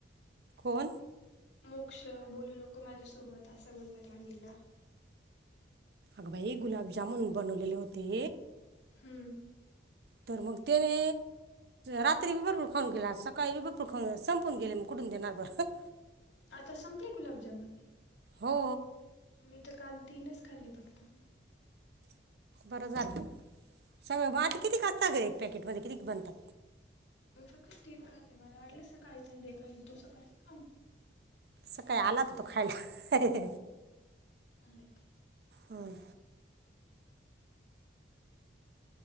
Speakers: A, on the right; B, on the left.
A: कोण?
B: मोक्ष बोलू नको माझ्यासोबत असं बोलणार रानीला.
A: अग बाई गुलाबजामुन बनवलेले होते,
B: हम्म.
A: तर मग तेने रात्री भरपूर खाऊन गेला, सकाळी वि भरपूर खाऊन संपून गेला, मी कुठून देणार सांग बरं.
B: आता संपले गुलाबजामुन.
A: हो.
B: मी तर काल तीनच खाल्ले फक्त.
A: बरं झालं, सगळ मग आता किती का असत ग एक पॅकेट मध्ये, किती बनतं
B: मग फक्त तीन खाले, मला वाटलं सकाळी संंडे खाईल, तो सकाळी खाउ
A: सकाळी आला होता तो खायला
B: नालायक
A: हम्म.